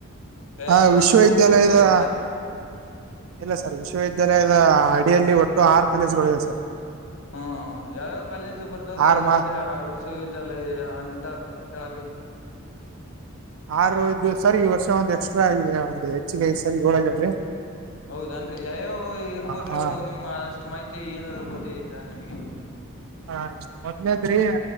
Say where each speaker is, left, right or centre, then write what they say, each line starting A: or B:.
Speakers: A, on the left; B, on the right.
A: ವ್ಯಾಯಮ
B: ಆ
A: ಮಾಡಕ
B: ವಿಶ್ವವಿದ್ಯಾಲಯದ
A: ಹೋಗ್ತಾ ಇದ್ರ.
B: ಇಲ್ಲ ಸರ್ ವಿಶ್ವವಿದ್ಯಾಲಯದ ಅಡಿಯಲ್ಲಿ ಒಟ್ಟು ಆರು ಕಾಲೇಜುಗಳು ಇವೆ ಸರ್.
A: ಹ್ಮ ಯಾವ್ಯಾವ ಕಾಲೇಜು ಬರ್ದಾವ್ರಿ
B: ಆರು
A: ಅದ್ರಲ್ಲಿ
B: ಮಾ
A: ವಿಶ್ವಿದ್ಯಾಲಯ ಅಂಡರ್ ಕೆಳಗೆ
B: ಆರು ಇದದು ಸರಿ ಈ ವರ್ಷ ಒಂದ್ ಎಕ್ಸ್ಟ್ರಾ ಆಗಿದೆ ಒಂದ್ ಹೆಚ್ಚಿಗೆ ಸರಿ ಹೋಳಗ್ಯಾವ್ರೀ
A: ಹೌದನ್ರಿ ಯ್ಯಾವ ಇರ್ಬೋದ್ರೆ
B: ಹಾ
A: ಅವು ನಿಮ್ ಅಷ್ಟು ಮಾಹಿತಿ ಏನಾದ್ೂ ಗೊತ್ತ ಐತಾ ನಿಮ್ಗೆ
B: ಹಾ ಮೊದ್ಲೇದ್ರಿ